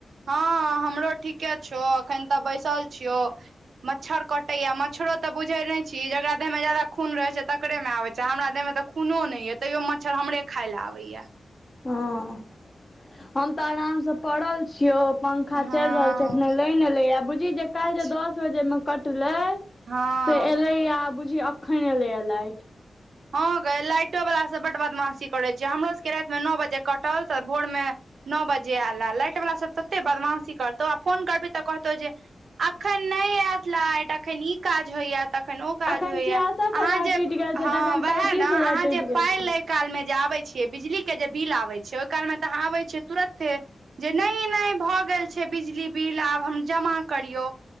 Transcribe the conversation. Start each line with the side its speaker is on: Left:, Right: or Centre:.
Right: हँ, हमरो ठीके छौ। एखन तऽ बैसल छियौ। मच्छर कटैया, मच्छरो तऽ बुझै नहि छी? जेकरा देह मे जादा खून रहे छै तकरे मे आबे छै। हमरा देह में तऽ खूनो नहि यऽ, तैयो मच्छर हमरे खाइ लए आबैयाऽ।
Left: हँ, हम तऽ आरामसँ पड़ल छियौ। पंखा
Right: हँ
Left: चलि रहल छै, अखने लईन एलै याऽ, बूझी जे काइल्ह
Right: अच्छा
Left: जे दस बजे में कटलै
Right: हँ
Left: से एलैयऽ, बुझी अखन एलैयऽ लाइट।
Right: हँ गै लाइटो वला सब बड बदमासी करै छै हमरो सके राति मे नॉ बजे कटल तऽ भोर में नॉऽ बजे ऐलैऽ, लाइट वला सभ तते बदमाशी करतौ आ फोन करबही तऽ कहतौ जे अखन नहि ऐऽत लाइट अखन ई काज होइयैऽ। तखन ओ काज
Left: अखन
Right: होइयैऽ,
Left: छियासठ
Right: अहां
Left: हजार
Right: जे
Left: टूटि गेल छै
Right: हँ
Left: तऽ अखन
Right: वहैऽ
Left: तैंतीस
Right: न? अहां
Left: हजार टूटि
Right: जे
Left: गेल
Right: पाई
Left: छै
Right: काल मे जे आबै छियै, बिजली के जे बिल आबै छै, ओई काल मे तऽ अहॉं आबै छियै तुरऽते? जे नहि नहि भऽ गेल छै बिजली बिल आब हम जमा करियौ।